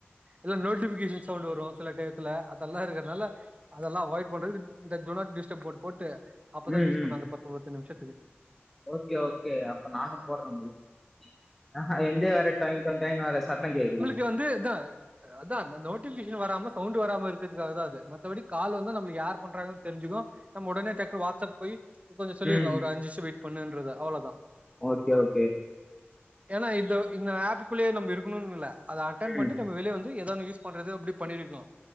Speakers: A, on the right; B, in the centre.
A: இல்ல நோட்டிஃபிகேஷன் சவுண்டு வரு சில டயத்துல அதெல்லா இருக்கனால அதெல்லா அவாய்ட் பண்றதுக்கு இந்த டு நாட் டிஸ்டப் போட்டு போட்டு அப்பதா
B: ம்
A: யூஸ்
B: ம்
A: பண்ண அந்த பத்து பத்து நிமிஷத்துக்கு
B: ஓகே ஓகே அப்ப நானு போட்ற ப்ரோ ஆஹ எந்தே வர டைம் டைம வர சத்தம் கேக்குது
A: இது வந்து இதா அதா இந்த நோட்டிஃபிகேஷன் வராம சவுண்டு வராம இருக்கறதுக்குத்தா அது மத்தபடி கால் வந்தா நம்மளுக்கு யார் பண்றாங்கன்னு தெரிஞ்சுக்கு நம்ம ஒடனே டக்குன்னு வாட்ஸப் போய் கொஞ்ச சொல்லில்லா
B: ம்
A: ஒரு அஞ்சு நிமிஷ வெயிட் பண்ணுன்றது அவ்ளோதா
B: ஓகே ஓகே
A: ஏன்னா இந்த இந்த ஆப்புக்குள்ளே நம்ப இருக்கணும்னு இல்ல அத அட்டன்
B: ம்
A: பண்ணிட்டு நம்ப வெளியே வந்து ஏதோ ஒன் யூஸ் பண்றது அப்டி பண்ணிருக்கலா